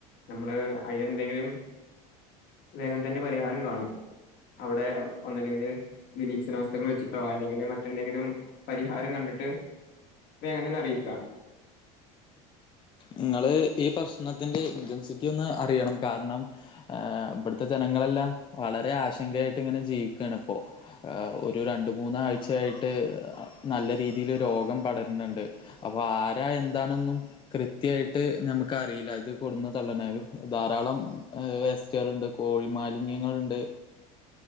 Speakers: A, on the left; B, on the left.
A: നമ്മള് അതിന് എന്തെങ്കിലും വേഗം തന്റെ പരിഹാരം കാണും അവിടെ ഒന്നുല്ലെങ്കിൽ നിരീക്ഷണ വസ്തു - ത്‌ക്കൾ വെച്ചിട്ടോ അല്ലെങ്കിൽ മറ്റെന്തെങ്കിലും പരിഹാരം കണ്ടിട്ട് വേഗം തന്നെ അറിയിക്കാം
B: നിങ്ങള് ഈ പ്രശ്നത്തിന്റെ ഇന്റൻസിറ്റി ഒന്ന് അറിയണം കാരണം ഇവിടുത്തെ ജനങ്ങളെല്ലാം വളരെ ആശങ്കയായിട്ട് ഇങ്ങനെ ജീവിക്കുകയാണ് ഇപ്പോ ഒരു രണ്ട മൂന്നാഴ്ചയായിട്ട് നല്ല രീതിയിൽ രോഗം പടരുന്നുണ്ട് അപ്പൊ ആരാ എന്താ- അതാണൊന്നും കൃത്യയിട്ട് ഞമ്മക്കറീല്ല ഇത് ക്കൊട്ന്ന തള്ള്ണ്ണെന്ന് ധാരാളം ഏഹ് വേസ്റ്റ്കളൾണ്ട് കോഴി മാലിന്യങ്ങള്ണ്ട്